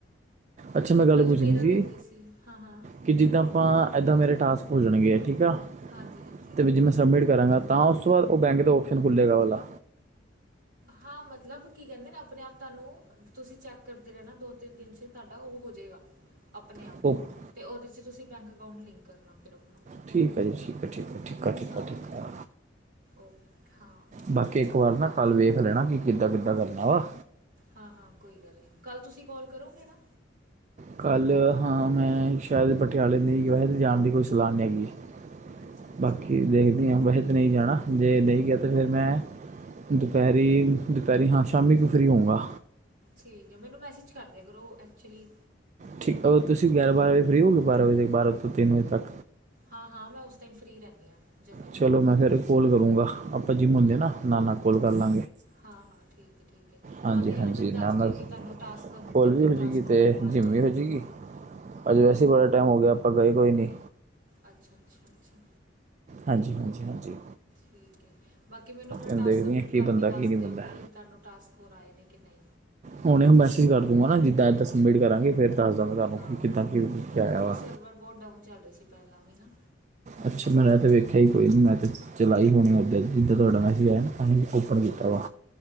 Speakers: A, on the right; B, on the right.
A: ਅੱਛਾ ਮੈਂ, ਗੱਲ
B: ਪਹਿਲੇ
A: ਪੁੱਛਣੀ
B: ਮੇਰਾ
A: ਸੀ।
B: ਵੀ ਇੱਦਾਂ ਹੀ ਹਾਂ ਹਾਂ
A: ਕਿ ਜਿੱਦਾਂ ਆਪਾਂ, ਇੱਦਾਂ ਮੇਰੇ ਟਾਸਕ ਹੋ ਜਾਣਗੇ, ਠੀਕ ਆ
B: ਹਾਂਜੀ -ਹਾਂਜੀ
A: ਅਤੇ ਵੀ ਜੇ ਮੈਂ ਸਬਮਿਟ ਕਰਾਂਗਾ, ਤਾਂ ਉਸ ਤੋਂ ਬਾਅਦ ਉਹ ਬੈਂਕ ਦਾ ਓਪਸ਼ਨ ਖੁੱਲ੍ਹੇਗਾ, ਉਹਾ ਵਾਲਾ
B: ਹਾਂ, ਮਤਲਬ ਕੀ ਕਹਿੰਦੇ ਨਾ, ਆਪਣੇ ਆਪ ਤੁਹਾਨੂੰ ਤੁਸੀਂ ਚੈੱਕ ਕਰਦੇ ਰਹਿਣਾ, ਦੋ, ਤਿੰਨ ਦਿਨ 'ਚ ਤੁਹਾਡਾ ਉਹ ਹੋ ਜਾਏਗਾ। ਆਪਣੇ ਆਪ
A: <inaudible>
B: ਤੇ ਉਹਦੇ ਚ ਤੁਸੀਂ, ਬੈਂਕ ਅਕਾਊਂਟ ਲਿੰਕ ਕਰਨਾ, ਫਿਰ ਆਪਣਾ।
A: ਠੀਕ ਹੈ ਜੀ, ਠੀਕ ਹੈ, ਠੀਕ ਹੈ, ਠੀਕ ਆ ਠੀਕ
B: ਹਾਂ
A: ਠੀਕ
B: ਓ ਹਾਂ
A: ਬਾਕੀ, ਇੱਕ ਵਾਰ ਨਾ
B: ਬਾਕੀ
A: ਕੱਲ ਵੇਖ ਲੈਣਾ, ਕਿ ਕਿੱਦਾਂ -ਕਿੱਦਾਂ ਕਰਨਾ ਵਾ
B: ਹਾਂ -ਹਾਂ ਕੋਈ ਗੱਲ ਨਹੀਂ, ਕੱਲ ਤੁਸੀਂ ਕੋਾਲ ਕਰੋਗੇ ਨਾ।
A: ਕੱਲ੍ਹ ਹਾਂ, ਮੈਂ ਸ਼ਾਇਦ ਪਟਿਆਲੇ ਨਹੀਂ ਗਿਆ ਅਤੇ ਜਾਣ ਦੀ ਕੋਈ ਸਲਾਹ ਨਹੀਂ ਹੈਗੀ ਹੈ।
B: ਅੱਛਾ ਅੱਛਾ
A: ਬਾਕੀ ਦੇਖਦੀ ਹਾਂ, ਵੈਸੇ ਤਾਂ ਨਹੀਂ ਜਾਣਾ, ਜੇ ਨਹੀਂ ਗਿਆ ਤਾਂ ਫਿਰ ਮੈਂ ਦੁਪਹਿਰੀ, ਦੁਪਹਿਰੀ ਹਾਂ, ਸ਼ਾਮੀ ਕੋ ਫਰੀ ਹੋਊਗਾ।
B: ਠੀਕ ਹੈ, ਮੈਨੂੰ ਮੈਸੇਜ ਕਰਦੇ ਕਰੋ, ਐਕਚੁਲੀ
A: ਠੀਕ, ਅਗਰ ਤੁਸੀਂ ਗਿਆਰ, ਬਾਰਾਂ ਵਜੇ ਫਰੀ ਹੋਏ ਬਾਰਾਂ ਵਜੇੱ ਦੇ ਬਾਅਦ ਤੀਨ ਵਜੇ ਤੱਕ
B: ਹਾਂ -ਹਾਂ ਮੈਂ ਉਸ ਟਾਈਮ ਫਰੀ ਰਹਿੰਦੀ ਹਾਂ। ਜਮਾ ਹੀ
A: ਚੱਲੋ, ਮੈਂ ਫਿਰ ਕੋਲ ਕਰੂੰਗਾ, ਆਪਾਂ ਜਿਮ ਹੁੰਦੇ ਨਾ, ਨਾਲ ਨਾਲ ਕੋਲ ਕਰ ਲਾਂਗੇ।
B: ਹਾਂ -ਹਾਂ ਠੀਕ ਹੈ, ਠੀਕ ਹੈ,
A: ਹਾਂਜੀ
B: ਬਾਕੀ ਹਲੇੇ
A: ਹਾਂਜੀ
B: ਮੈਨੂੰ ਦੱਸ
A: ਨਾਨਾ
B: ਦਿਓ, ਕਿ ਤੁਹਾਨੂੰ ਟਾਸਕ ਸਮਿਟ
A: ਕੋਲ
B: ਕਰਕੇ
A: ਵੀ ਹੋ ਜੇਗੀ
B: ਟਾਸਕ ਹੋਰ
A: ਤੇ
B: ਦੁਬਾਰਾ
A: ਜਿਮ
B: ਆਏ
A: ਵੀ
B: ਨੇ
A: ਹੋ ਜੇਗੀ ਅੱਜ, ਵੈਸੇ ਹੀ ਬੜਾ ਟਾਈਮ ਹੋ ਗਿਆ, ਆਪਾਂ ਗਏ ਕੋਈ ਨਹੀਂ।
B: ਅੱਛਾ- ਅੱਛਾ- ਅੱਛਾ
A: ਹਾਂਜੀ, ਹਾਂਜੀ, ਹਾਂਜੀ।
B: ਠੀਕ ਐ ਬਾਕੀ ਮੈਨੂੰ ਆਪਣਾ
A: ਹੁਣ
B: ਟਾਸਕ
A: ਦੇਖਦੇ
B: ਸਬਮਿਟ
A: ਹਾਂ ਕੀ
B: ਕਰਕੇ
A: ਬੰਦਾ ਕੀ
B: ਦੱਸ
A: ਨਹੀਂ ਬੰਦਾ
B: ਦਿਓ ਕਿ ਤੁਹਾਨੂੰ ਟਾਸਕ ਹੋਰ ਆਏ ਨੇ ਕਿ ਨੀ।
A: ਹੁਨ ਮੈਸੇਜ ਕਰਦੂ ਨਾ ਜਿੱਦਾਂ ਸਬਮਿਟ ਕਰਾਂਗੇ ਫਿਰ ਦੱਸ ਦਾਂਗੇ ਤੁਹਾਨੂੰ
B: ਹਾਂ
A: ਕਿ ਕਿੱਦਾਂ
B: ਹਾਂ
A: ਕਿ ਆਇਆ
B: ਕਿਉਂਕਿ
A: ਵਾ।
B: ਸਰਵਰ ਬਹੁਤ ਡਾਊਨ ਚੱਲ ਰਹੀ ਸੀ ਪਹਿਲਾਂ ਵੀ ਨਾ
A: ਅੱਛਾ ਮੈਂ ਰਾਤ ਵੇਖਿਆ ਈ ਕੋਈ ਨੀ ਮੈਸੇਜ <unintelligible> ਚਲਾਈ ਹੋਣੀ ਓਦਾਂ ਜਿੱਦਾਂ ਤੁਹਾਡਾ ਮੈਸਿਜ ਆਇਆ। ਹੁਨੀ ਓਪਨ ਕੀਤਾ ਵਾ।